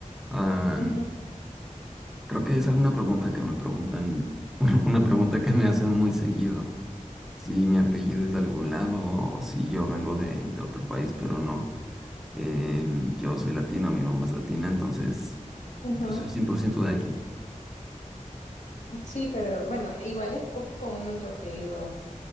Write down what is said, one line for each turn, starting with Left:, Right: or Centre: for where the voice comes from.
Centre: Ah,
Left: Ujú,
Centre: creo que es alguna pregunta que me preguntan, <laughs> una pregunta que me hacen muy seguido, si mi apellido es de algún lado o si yo vengo de, de otro país, pero no. Em, yo soy latino, mi mamá es latina, entonces
Left: ujú.
Centre: yo soy 100% de aquí.
Left: Sí, pero bueno, igual es poco común tu apellido